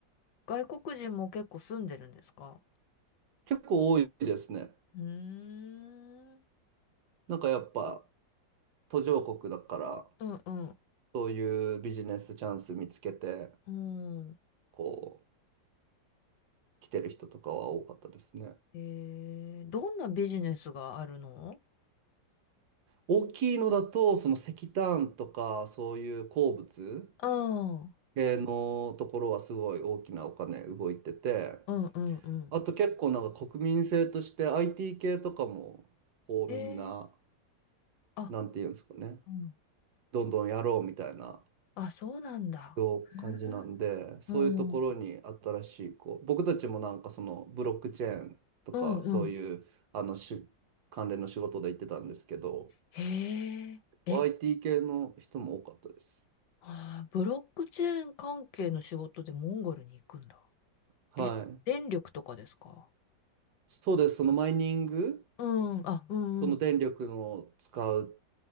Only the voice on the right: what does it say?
結構多いですね。
なんかやっぱ途上国だから
そういうビジネスチャンス見つけて
こう来てる人とかは多かったですね。
大きいのだとその石炭とかそういう鉱物
系のところはすごい大きなお金動いてて。
あと結構なんか国民性として IT 系とかも、こうみんな、
なんていうんですかね、
どんどんやろうみたいな
よう感じなんで、
そういうところに新しい、
こう、僕たちもなんかそのブロックチェーンとか、
そういう、あのし、関連の仕事で行ってたんですけど、
IT 系の人も多かったです。
はい。
そうです。そのマイニング、
その電力の使うっ